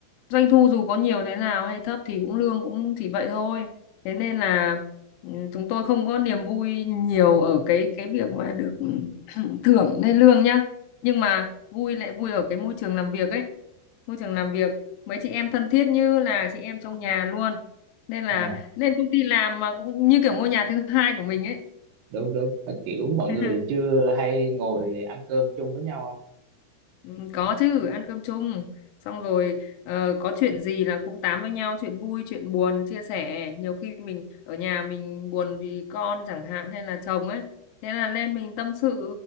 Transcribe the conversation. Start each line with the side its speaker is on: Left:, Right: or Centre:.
Left: doanh thu dù có nhiều thế nào hay thấp thì cũng lương cũng chỉ vậy thôi. Thế nên là ừ, chúng tôi không có niềm vui nhiều ở cái cái việc mà được <clears throat> thưởng hay lương nhá. Nhưng mà vui lại vui ở cái môi trường làm việc ấy môi trường làm việc mấy chị em thân thiết như là chị em trong nhà luôn nên là
Right: à
Left: lên công ty làm mà cũng như kiểu ngôi nhà thứ hai của mình ấy
Right: đúng đúng À, kiểu mọi
Left: <laughs>
Right: người chưa hay ngồi ăn cơm chung với nhau không
Left: Ừ, có chứ ăn cơm chung xong rồi ờ, có chuyện gì là cũng tám với nhau chuyện vui chuyện buồn chia sẻ nhiều khi mình ở nhà mình buồn vì con chẳng hạn hay là chồng ấy thế là lên mình tâm sự